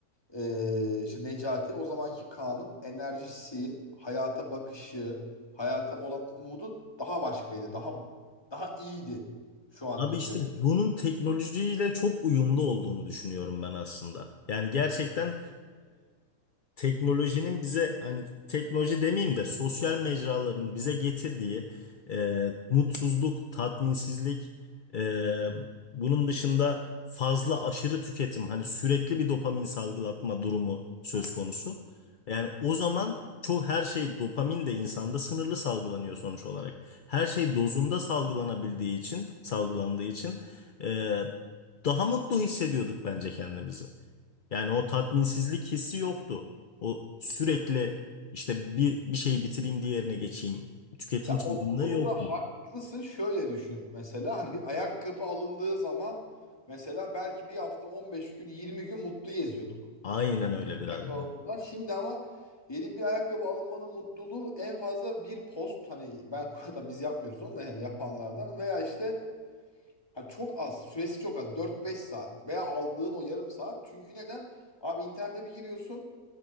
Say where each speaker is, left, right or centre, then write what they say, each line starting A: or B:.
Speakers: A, on the left; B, on the left.
A: ee, işte Necati o zamanki Kaan'ın enerjisi, hayata bakışı, hayata olan umudu daha başkaydı. Daha daha iyiydi şu anki
B: Abi işte
A: göre.
B: bunun teknolojiyle çok uyumlu olduğunu düşünüyorum ben aslında. Yani gerçekten teknolojinin bize hani teknoloji demeyeyim de sosyal mecraların bize getirdiği e, mutsuzluk, tatminsizlik, e, bunun dışında fazla aşırı tüketim hani sürekli bir dopamin salgılatma durumu söz konusu. Yani o zaman çok her şey dopamin de insanda sınırlı salgılanıyor sonuç olarak. Her şey dozunda salgılanabildiği için, salgılandığı için e, daha mutlu hissediyorduk bence kendimizi. Yani o tatminsizlik hissi yoktu. O sürekli işte bir bir şeyi bitireyim diğerine geçeyim. Tüketim
A: Ya
B: çılgınlığı
A: o konuda
B: yoktu.
A: haklısın. Şöyle düşün mesela hani bir ayakkabı alındığı zaman mesela belki bir hafta on beş gün 20 gün mutlu geziyorduk.
B: Aynen öyle biraderim.
A: Ayakkabı alındığında. Şimdi ama yeni bir ayakkabı alınmanın mutluluğu en fazla bir post hani ben <laughs> da biz yapmıyoruz onu da yani yapanlardan veya işte Abi çok az. Süresi çok az. dört beş saat. Veya aldığın o yarım saat. Çünkü neden? Abi internete bir giriyorsun.